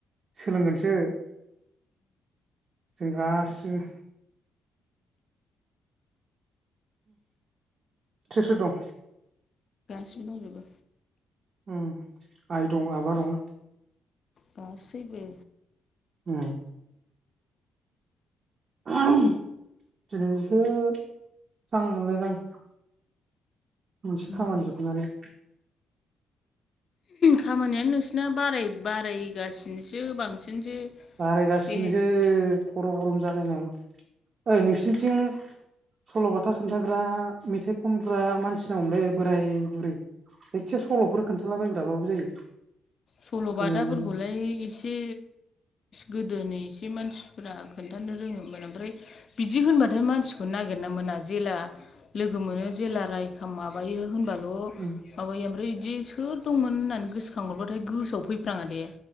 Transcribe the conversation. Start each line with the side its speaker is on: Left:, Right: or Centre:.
Right: सोलोंगोनसो। जों गासिबो सोर सोर दं?
Left: सिबो दंजोबो।
Right: उम आइ दं आबा दं
Left: गासैबो
Right: ओम <unintelligible> दिनैसो स्रां मोनलायबाय आं मोनसे खामानि
Left: माखौ
Right: जोबनानै
Left: खामानियानो नोंसिना बाराय बारायगासिनोसो बांसिनसो
Right: बारायगासिनोसो
Left: बे
Right: खर' गरम जालायनाय ओइ नोंसिनिथिं सल'बाथा खोनथाग्रा मेथाइ खनग्रा मानसि नांगौमोनलै बोराय बुरै एखे सल'फोर खोन्थालाबायग्राबाबो जायो।
Left: सल'
Right: गोदोनि
Left: बाथाफोरखौलाय एसे गोदोनि एसे मानसिफ्रा खोन्थानो रोङोमोन ओमफ्राय बिदि होनबाथाय मानसिखौ नागिरना मोना जेला लोगो मोनो जेला रायखां माबायो होनबा ल
Right: उम
Left: माबायो ओमफ्राय इदि सोर दंमोन होननानै गोसोखांहरबा ओमफ्राय गोसोआव फैफ्राङा दे।